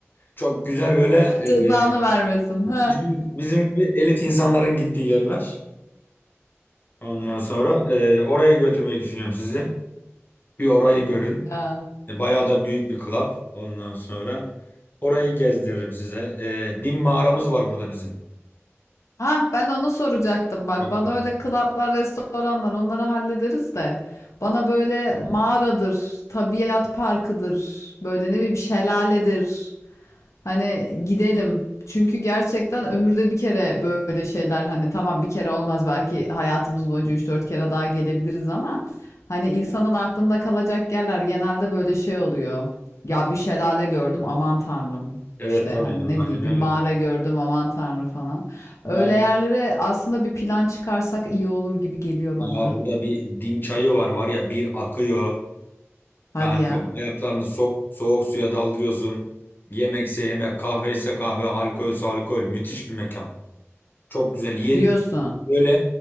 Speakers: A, on the left (about 45°); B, on the left (about 85°).
A: Çok güzel böyle
B: Allah Cezanı
A: e,
B: vermesin. Ha.
A: bizim bizim gibi elit insanların gittiği yerler. Ondan sonra e, oraya götürmeyi düşünüyorum sizi. Bir orayı görün.
B: Ya.
A: E, Bayağı da büyük bir club. Ondan sonra orayı gezdiririm size. E, Nim mağaramız var burada bizim.
B: Ha ben onu soracaktım bak
A: Çok
B: bana
A: güzel.
B: öyle klaplar restoranlar onları hallederiz de bana böyle mağaradır tabiat parkıdır böyle ne bileyim şelaledir Hani gidelim. Çünkü gerçekten ömürde bir kere böyle şeyler hani tamam bir kere olmaz belki hayatımız boyunca üç dört kere daha gelebiliriz ama hani insanın aklında kalacak yerler genelde böyle şey oluyor. Ya bir şelale gördüm aman tanrım.
A: Evet
B: İşte
A: tabii
B: hani
A: canım
B: ne
A: aynen
B: bileyim
A: öyle.
B: bir mağara gördüm aman tanrım falan.
A: Var
B: Öyle yerlere aslında bir plan çıkarsak iyi olur gibi geliyor
A: ya
B: bana.
A: burada bir dim çayı var var ya bir akıyor.
B: Hadi
A: Yani
B: ya.
A: böyle ayaklarını sok soğuk suya daldırıyorsun. Yemekse yemek, kahve ise kahve, alkolse alkol. Müthiş bir mekan. Çok güzel. Ye
B: Diyorsun.
A: böyle